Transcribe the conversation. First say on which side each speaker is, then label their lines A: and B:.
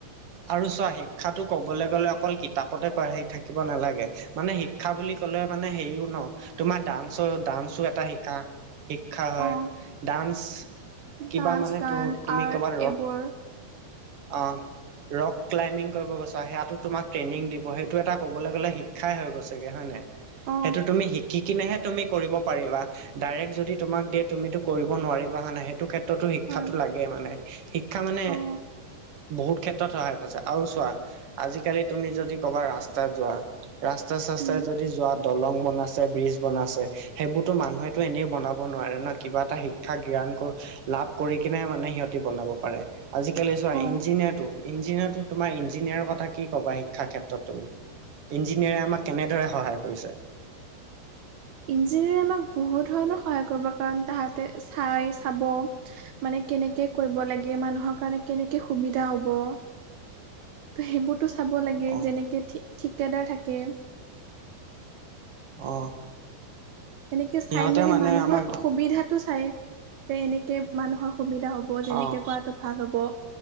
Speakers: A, on the right (about 50°); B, on the right (about 80°).
A: আৰু চোৱা শিক্ষাতো কবলৈ গ'লে, অকল কিতাপতে পঢ়ি থাকিব নালাগে। মানে শিক্ষা বুলি ক'লে, মানে হেৰিও ন তোমাৰ ডান্স, ডান্সো এটা শিকা। শিক্ষা হয়,
B: অ
A: ডান্স, কিবা
B: ডান্স
A: মানে,
B: গান
A: ত তুমি
B: আৰ্ট
A: কবাত ৰদ
B: এইবোৰ
A: অ'। ৰক ক্লাই্বিং কৰিব গৈছা, সেইয়া টো তোমাক ট্ৰেনিং দিব, সেইটো এটা ক'বলে গ'লে শিক্ষাই হৈ গৈছে গে, হয় নে নাই?
B: অ
A: সেইটো তুমি শিকি কিনেহে তুমি কৰিব পাৰিবা। ডাইৰেক্ট যদি তোমাক দিয়ে, তুমিটো কৰিব নোৱাৰিবা হৈ নে নাই, সেইটো ক্ষেত্ৰত ক্ষ্ৰো শিক্ষাতো
B: হয়
A: লাগে, মানে শিক্ষা মানে
B: অ
A: বহুত ক্ষেত্ৰত সহায় কৰিছে, আৰু চোৱা আজিকালি তুমি যদি ক'বা ৰাস্তাত যোৱা। ৰাস্তা চস্তাই
B: উম
A: যদি যোৱা, দলং বনাইছে ব্ৰিজ বনাইছে। সেইবোৰতো মানুহেতো এনেই বনাব নোৱাৰে ন, কিবা এটা শিক্ষা গ্ৰহণ লাভ কৰি কিনে মানে, সিহঁতি বনাব পাৰে আজি কেলে ছোৱা ইঞ্জিনিয়াৰটো,
B: অ
A: ইঞ্জিনিয়াৰ তোমাৰ ইঞ্জিনিয়াৰৰ, কথা কি কবা শিক্ষাৰ ক্ষেত্ৰত তুমি ইঞ্জিনিয়াৰে আমাক কেনেদৰে সহায় কৰিছে?
B: ইঞ্জিনিয়াৰে আমাক বহুত ধৰণৰ সহায় কৰিব, কাৰণ তাহাঁতে চাই চাব মানে কেনেকে কৰিব লাগে, মানুহৰ কাৰণে কেনেকে সুবিধা হ'ব। ত সেইবোৰতো চাব লাগে,
A: অ
B: যেনেকে ঠিক ঠিকাদাৰ থাকে।
A: অ'।
B: এনেকে
A: সিহঁতে
B: চাই মেলি
A: মানে
B: মানুহৰ
A: আমাক
B: সুবিধাটো চাই, যে এনে কে মানুহৰ সুবিধা হ'ব, যেনেকে
A: অ
B: কৰাটো ভাল হ'ব।